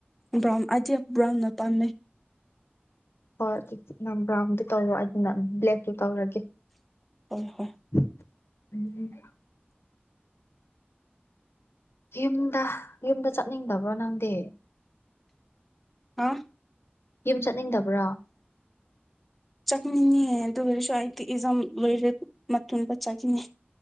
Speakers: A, in the centre; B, on the left (about 80°).
A: ꯕ꯭ꯔꯥꯎꯟ ꯑꯗꯤ ꯕ꯭ꯔꯥꯎ ꯄꯝꯃꯦ
B: ꯍ ꯑꯗꯨꯗꯤ ꯅꯪ ꯭ꯔꯥꯎꯟꯗꯨ ꯇꯧꯕ ꯑꯗꯨ ꯅ ꯕ꯭ꯂꯦꯛꯗꯨ ꯇꯧꯔꯒꯦ
A: ꯍꯣꯏ ꯍꯣꯏ
B: <inaudible> ꯌꯨꯝꯗ ꯌꯨꯝꯗ ꯆꯠꯅꯤꯡꯗꯕ꯭ꯔꯣ ꯅꯪꯗꯤ
A: ꯍꯥ
B: ꯌꯨꯝ ꯆꯠꯅꯤꯡꯗꯕ꯭ꯔꫭ
A: ꯆꯠꯅꯤꯡꯉ ꯑꯗꯨ ꯑꯣꯏꯔꯁꯨ ꯑꯩꯗꯤ ꯏꯖꯝ ꯂꯔꯦ ꯃꯇꯨꯡꯗꯥ ꯆꯠꯅꯤ